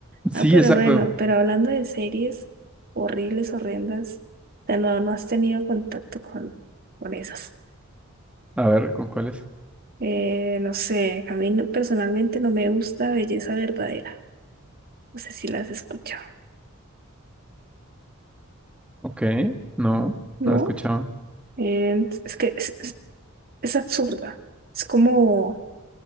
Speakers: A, in the centre; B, on the right.
A: Sí,
B: Ah, pero
A: exacto.
B: bueno, pero hablando de series horribles, horrendas, de no, no has tenido contacto con, con esas.
A: A ver, ¿con cuáles? es?
B: Eh, no sé, a mí no- personalmente no me gusta Belleza Verdadera. No sé si las has escuchado,
A: Ok, no,
B: ¿no?
A: no he escuchado.
B: Eh, es que es- es absurda. Es como